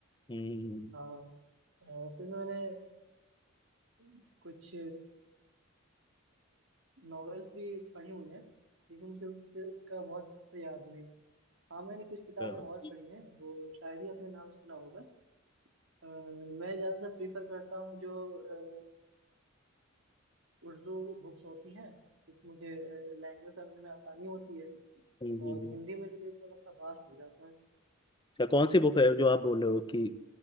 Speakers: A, on the left; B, on the right.
A: हम्म
B: हाँ अ, असल में मैंने अ, कुछ नॉवेल्स भी पढ़ी हुई हैं लेकिन मुझे उससे उसका बहुत अच्छे से याद नहीं हाँ मैंने कुछ किताबें
A: अच्छा हम्म
B: और पढ़ी हैं वो शायरी अपने नाम सुना होगा अ, मैं ज़्यादातर प्रीफर करता हूँ जो अ, उर्दू बुक्स होती हैं क्योंकि मुझे लैंग्वेज समझने में आसानी होती है
A: हम्म।
B: और
A: हम्म,
B: हिंदी में रिलीज थोड़ा सा वास्ट हो जाता है
A: अच्छा, कौन सी बुक है जो आप बोल रहे हो कि